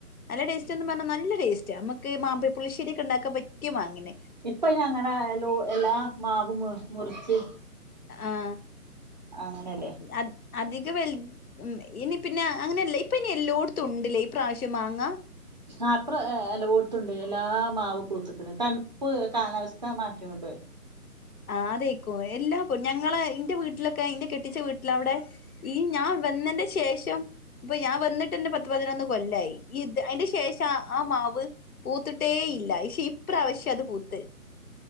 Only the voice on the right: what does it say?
ഇപ്പൊ ഇന് അങ്ങനെ ലോ എല്ലാ മാവും മുറിച്ച്
അങ്ങനെയല്ലേ
ആ്പ്പം എല്ലോത്തുണ്ട് എല്ലാ മാവ് പൂത്തക്ക്ണ് തണ് പ് കാലാവസ്ഥ മാറ്റം കൊണ്ടണ്ട്